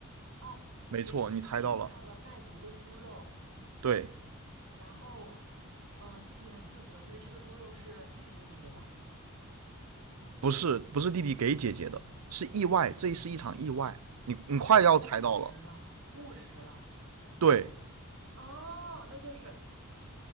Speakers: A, on the right (about 70°); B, on the right (about 90°).
A: 哦，
B: 没错，
A: 姐姐吃下了带毒的猪肉，
B: 你猜到了。对，
A: 然后，呃，弟弟很自责，因为这个猪肉是弟弟给姐姐的。
B: 不是不是弟弟给姐姐的，是意外，这是一场意外。你你快要猜到了。
A: 哦，误食了，误食了。
B: 对，
A: 哦，那就是。